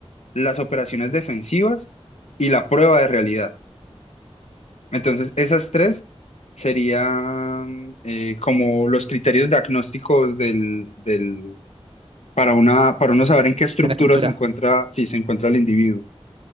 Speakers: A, on the left; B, on the right.
A: las operaciones defensivas y la prueba de realidad. Entonces, esas tres serían eh, como los criterios diagnósticos del, del, para una, para uno saber en qué
B: de
A: estructura
B: la estructura.
A: se encuentra, si se encuentra el individuo.